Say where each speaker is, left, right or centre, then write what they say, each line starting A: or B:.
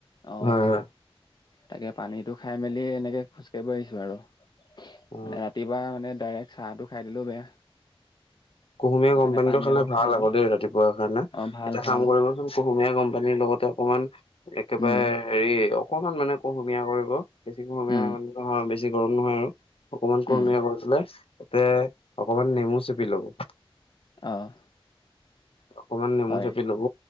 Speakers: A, on the left (about 45°); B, on the left (about 65°).
A: অ
B: হয় হয়
A: তাকে পানীটো খাই মেলি এনেকে খোজ কঢ়়িছো আৰু
B: অ
A: মানে ৰাতিপুৱা মানে ডাইৰেক্ট চাহটো খাই দিলেও বেয়া
B: কুহুমীয়া
A: সেইটো
B: কোম্পানীটো
A: কাৰণে পানী
B: খালে
A: অকণ
B: ভাল
A: খাই লওঁ
B: আকৌ দেই ৰাতিপুৱাৰ কাৰণে
A: অ', ভাল
B: এটা
A: ভাল
B: কাম কৰিবচোন কুহুমীয়া গৰম পানী লগত অকণমান একেবাৰে
A: উম,
B: হেৰি অকমান মানে কুহুমীয়া কৰিব বেছি কুহুমীয়া
A: উম,
B: মানে নহয়ি বেছি গৰম নহয় আৰু অকনমান কুহমীয়া
A: উম,
B: ঘৰ পলে তাতে অকমান নেমু চেপি ল'ব
A: অ
B: অকমান নেমু
A: হয়
B: চপি লব